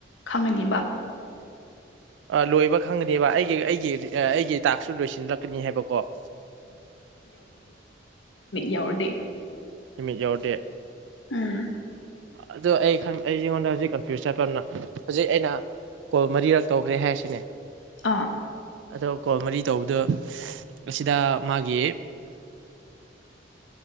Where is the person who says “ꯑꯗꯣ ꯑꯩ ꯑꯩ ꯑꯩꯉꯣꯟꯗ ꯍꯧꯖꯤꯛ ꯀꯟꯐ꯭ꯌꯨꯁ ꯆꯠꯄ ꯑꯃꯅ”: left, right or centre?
Right